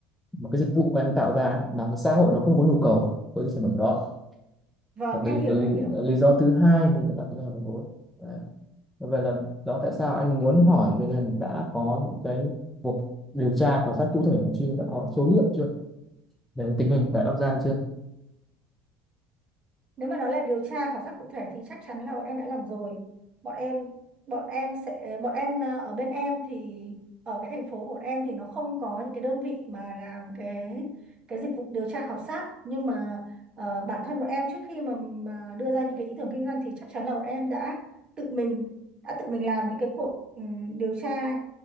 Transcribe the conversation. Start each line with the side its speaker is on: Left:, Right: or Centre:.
Centre: mà cái dịch vụ của em tạo ra ấy, là cái xã hội nó không có nhu cầu với cái sản phẩm đó
Right: Vâng,
Centre: và cái,
Right: em hiểu,
Centre: cái
Right: em hiểu.
Centre: lý do thứ hai thì đấy là cái là vốn Đấy. vậy là đó tại sao anh muốn hỏi cho nên đã có những cái cuộc điều tra khảo sát cụ thể còn chưa đã có số liệu chưa về tình hình tại Bắc Giang chưa
Right: nếu mà nói là điều tra khảo sát cụ thể thì chắc chắn là bọn em đã làm rồi bọn em bọn em sẽ bọn em ờ, ở bên em thì ở cái thành phố của bọn em thì nó không có những cái đơn vị mà làm cái cái dịch vụ điều tra khảo sát nhưng mà ờ, bản thân bọn em trước khi mà mà đưa ra những cái ý tưởng kinh doanh thì chắc chắn là bọn em đã tự mình đã tự mình làm những cái cuộc ừm, điều tra